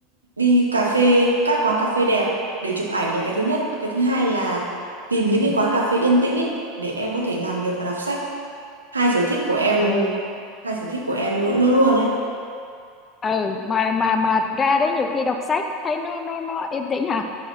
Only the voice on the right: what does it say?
đi cà phê các quán cà phê đẹp để chụp ảnh là cái thứ nhất, cái thứ hai là tìm những
cái quán cà phê yên tĩnh ấy để em có thể làm việc và đọc sách. hai sở thích của em
hai sở thích của em luôn luôn luôn đấy